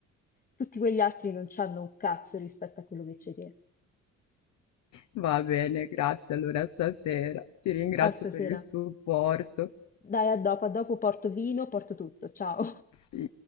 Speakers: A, on the left; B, on the left.
A: Tutti quegli altri non c'hanno un cazzo rispetto a quello che c'hai te.
B: Va bene, grazie allora stasera. Ti ringrazio
A: Ah stasera?
B: per il supporto.
A: Dai a dopo, a dopo porto vino, porto tutto, ciao.
B: Sì.